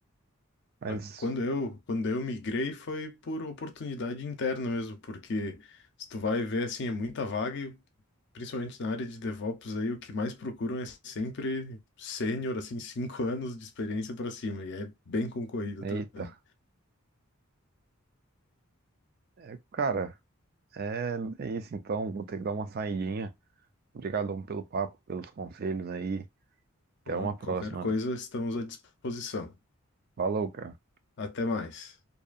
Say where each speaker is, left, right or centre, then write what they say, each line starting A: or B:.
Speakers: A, on the right; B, on the left.
A: Mas,
B: Ah, Quando eu, quando eu migrei foi por oportunidade interna mesmo, porque se tu vai ver, assim, é muita vaga e principalmente na área de DevOps aí, o que mais procuram é sempre sênior, assim, cinco anos de experiência para cima, e é bem concorrido
A: eita,
B: também.
A: é, cara, É, é isso então, vou ter que dar uma saidinha. Obrigadão pelo papo, pelos conselhos aí. Até
B: Pô,
A: uma próxima.
B: Qualquer coisa, estamos à disposição.
A: Falou, cara.
B: Até mais.